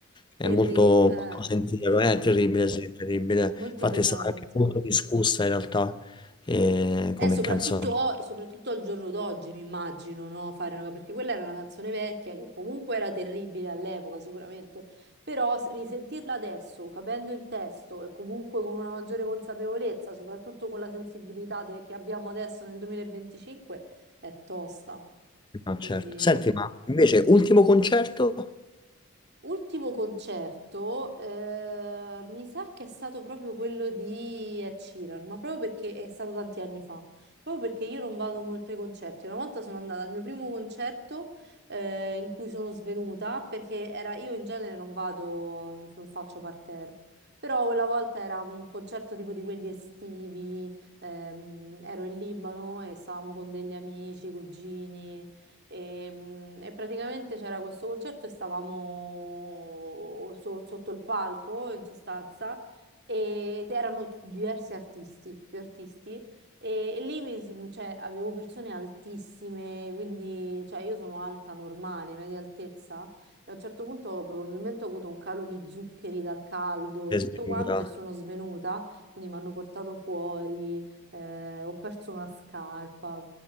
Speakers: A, on the left (about 20°); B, on the right (about 50°).
A: È
B: terri-
A: Eh, molto
B: eh,
A: poco sentiero, è
B: è,
A: terribile,
B: mo-
A: sì, è terribile.
B: è molto
A: Infatti
B: pesante.
A: è stata anche molto discussa in realtà eh,
B: Eh,
A: come
B: soprattutto,
A: canzone.
B: soprattutto al giorno d'oggi, mi immagino, no? Fare una- perché quella era una canzone vecchia che comunque era terribile all'epoca, sicuramente, però s- risentirla adesso, capendo il testo e comunque con una maggiore consapevolezza, soprattutto con la sensibilità de- che abbiamo adesso nel 2025, è tosta.
A: Ma
B: Quindi...
A: certo. Senti, ma invece ultimo concerto?
B: Ultimo concerto, eh, mi sa che è stato proprio quello di Ed Sheeran, ma proprio perché è stato tanti anni fa, proprio perché io non vado molto ai concerti. Una volta sono andata al mio primo concerto, eh, in cui sono svenuta, perché era, io in genere non vado, non, non faccio parterre, però quella volta era un concerto tipo di quelli estivi, ehm, ero in Libano e stavamo con degli amici, cugini. E, mm, e praticamente c'era questo concerto e stavamo so- sotto il palco, in sostanza, e- ed erano diversi artisti, più artisti, e, e lì mi s- cioè, avevo persone altissime, quindi cioè, io sono alta normale, media altezza, e a un certo punto probabilmente ho avuto un calo di zuccheri dal caldo
A: È
B: e tutto
A: sminuita,
B: quanto e sono svenuta, quindi mi hanno portato fuori, eh, ho perso una scarpa,